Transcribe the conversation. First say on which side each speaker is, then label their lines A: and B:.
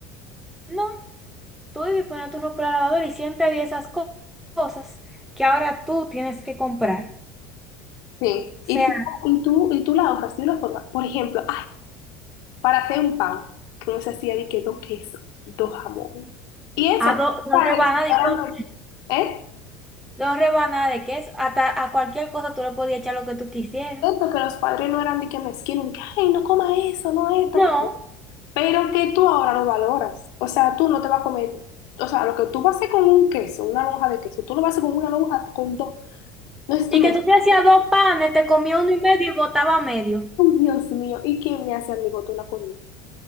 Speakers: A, in the centre; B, on the left.
A: No, tú ibas y ponías tu ropa en la lavadora y siempre había esas co- cosas que ahora tú tienes que comprar.
B: Sí,
A: O
B: y
A: sea,
B: tú, y tú, y tú la ahorras de una forma. Por ejemplo, para hacer un pan, que uno se hacía de que dos quesos, dos jamón. Y eso,
A: a do-
B: que los
A: dos
B: padres
A: rebanadas
B: no
A: de
B: eran
A: por-
B: mez- ¿eh?
A: dos rebanadas de queso, hasta a cualquier cosa tú le podías echar lo que tú quisieras.
B: Eso, que los padres no eran de que mezquinos, de que, ay, no coma eso, no esto.
A: No.
B: que-". Pero que tú ahora lo valoras. O sea, tú no te vas a comer, o sea, lo que tú vas a hacer con un queso, una lonja de queso, tú lo vas a hacer con una lonja, con dos. No es esto
A: Y
B: me
A: que tú te hacías dos panes, te comías uno y medio y botaba medio.
B: Ay, Dios mío, ¿y quién me hace a mi botón la comida?